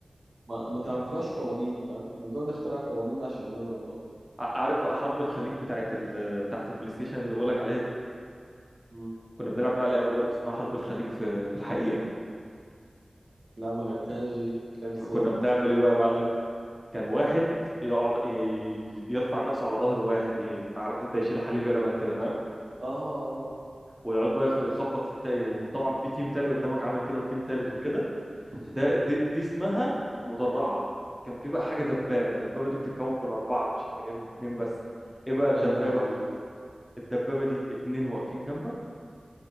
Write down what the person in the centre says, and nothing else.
ع- عارف بقى حرب الخليج بتاعت ال... بتاعت البلاي ستيشن اللي بقول لك عليها دي
كنا بنلعب بقى لعبه برضه اسمها حرب الخليج في في الحقيقه
كنا بنعمل ايه بقى يا معلم كان واحد يقعد ي- يرفع نفسه على ظهر واحد يعني عارف انت يشيله حليب يلبن كده فاهم
ويقعد بقى يخ- يخبط في التاني وطبعا في تيم تاني قدامك عامل كده وتيم تالت وكده
ده دي, دي اسمها مدرعة كان في بقى حاجة دبابة الدبابة دي بتتكون من أربعة مش من اتنين بس ايه بقى الدبابة
الدبابة دي اتنين واقفين جنبك